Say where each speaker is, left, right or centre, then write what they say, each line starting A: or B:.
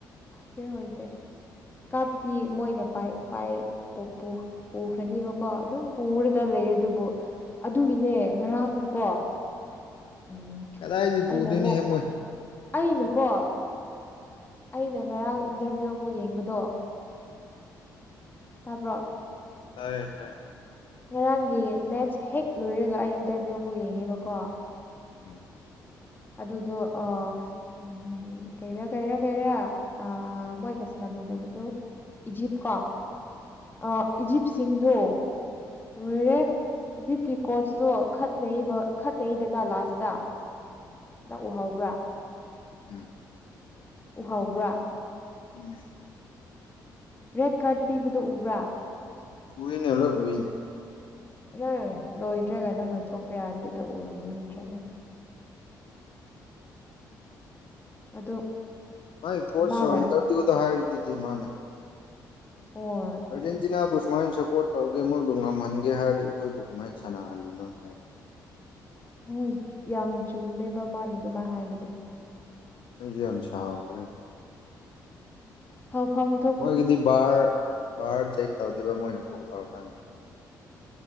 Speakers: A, on the left; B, on the left.
A: ꯐꯤ ꯑꯣꯏꯗ꯭ꯔꯦ ꯀꯥꯞꯇꯤ ꯃꯣꯏꯅ ꯄꯥꯏ ꯄꯥꯏ ꯄꯣꯛꯄꯨ ꯄꯨꯈ꯭ꯔꯅꯦꯕꯀꯣ ꯑꯗꯨꯝ ꯄꯨꯔꯒ ꯂꯩꯔꯦ ꯑꯗꯨꯕꯨ ꯑꯗꯨꯒꯤꯅꯦ ꯉꯔꯥꯡꯗꯨꯀꯣ ꯎꯝ
B: ꯀꯗꯥꯏꯗꯤ
A: ꯑꯩꯅ
B: ꯄꯨꯗꯣꯏꯅꯤ
A: ꯑꯃꯨꯛ
B: ꯍꯦꯃꯣꯏ
A: ꯑꯩꯅꯀꯣ ꯑꯩꯅ ꯉꯔꯥꯡ ꯏꯟꯇꯔꯚ꯭ꯌꯨ ꯑꯃꯨꯛ ꯌꯦꯡꯕꯗꯣ ꯇꯥꯕ꯭ꯔꯣ
B: ꯇꯥꯏꯌ‌ꯦ ꯇꯥꯏꯌ‌ꯦ
A: ꯉꯔꯥꯡꯒꯤ ꯃꯦꯠꯁ ꯍꯦꯛ ꯂꯣꯏꯔꯒ ꯑꯩ ꯏꯟꯇꯔꯚꯤꯌꯨ ꯑꯃꯨꯛ ꯌꯦꯡꯉꯦꯕꯀꯣ
B: ꯎꯝ
A: ꯑꯗꯨꯗꯣ ꯑ ꯎꯝ ꯀꯩꯔꯥ ꯀꯩꯔꯥ ꯀꯩꯔ ꯑ ꯃꯣꯏꯒ ꯁꯅꯥꯃꯤꯟꯅꯕꯗꫭ ꯏꯖꯤꯞ ꯀ ꯑ ꯏꯖꯤꯞꯁꯤꯡꯗꯣ ꯂꯣꯏꯔꯦ ꯏꯖꯤꯞꯀꯤ ꯀꯣꯆꯇꯣ ꯈꯠꯅꯩꯔꯤꯕ ꯈꯠꯅꯩꯗꯅ ꯂꯥꯁꯇ ꯅꯪ ꯎꯍꯕ꯭ꯔꯥ
B: ꯎꯝ
A: ꯎꯍꯧꯕ꯭ꯔꯥ
B: ꯎꯏ
A: ꯔꯦꯠ ꯀꯥꯔꯠ ꯄꯤꯕꯗꯣ ꯎꯕ꯭ꯔꯥ
B: ꯎꯏꯅ‌ꯦ ꯂꯣꯏ ꯎꯏꯅ‌ꯦ
A: ꯅꯪ ꯂꯣꯏꯗ꯭ꯔꯒ ꯅꯪꯅ ꯊꯣꯛꯈ꯭ꯔꯦ ꯍꯥꯏꯕꯗꯨꯗ ꯎꯔꯝꯃꯔꯣꯏꯗ꯭ꯔꯥ ꯅ ꯑꯗꯣ
B: ꯃꯥꯥꯏ ꯀꯣꯔꯁ
A: ꯃꯥꯅ
B: ꯔꯣ ꯏꯟꯇꯔꯚꯌꯨ ꯍꯥꯏꯔꯔꯤꯤ ꯃꯥꯅ
A: ꯑꯣ
B: ꯑꯥꯔꯖꯦꯟꯇꯤꯅꯥꯕꯨ ꯁꯨꯃꯥꯏꯅ ꯁꯞꯄꯣꯔꯠ ꯇꯧꯒꯦ ꯃꯣꯏꯕꯨ ꯉꯝꯍꯟꯒꯦ ꯍꯥꯏꯔꯗꯤ ꯑꯩꯈꯣꯏꯕꯨ ꯀꯃꯥꯏꯅ ꯁꯥꯟꯅꯍꯜꯂꯤꯅꯣ ꯍꯥꯏ
A: ꯍꯣꯏ ꯌꯥꯝ ꯆꯨꯝꯃꯦꯕ ꯃꯥꯅ ꯑꯗꯨꯃꯥꯏꯅ ꯍꯥꯏꯕꯗꯣ
B: ꯅꯪꯁꯨ ꯌꯥꯝ ꯁꯥꯈ꯭ꯔꯣ
A: ꯐꯥꯎ ꯐꯝꯗ
B: ꯃꯣꯏꯒꯤꯗꯤ ꯕꯥꯔ ꯕꯥꯔ ꯆꯦꯛ ꯇꯧꯗꯕ ꯃꯣꯏꯅ ꯐꯣꯜ ꯇꯧꯔꯀꯥꯟꯗ